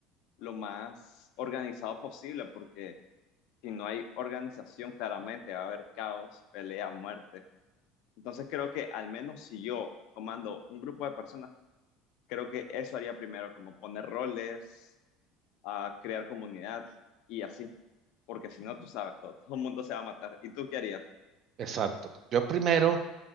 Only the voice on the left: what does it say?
lo más organizado posible porque si no hay organización, claramente va a haber caos, pelea, muerte. Entonces creo que al menos si yo comando un grupo de personas, creo que eso haría primero, como poner roles. a crear comunidad y así, porque si no, tú sabes, todo, <laughs> todo el mundo se va a matar. ¿Y tú qué harías?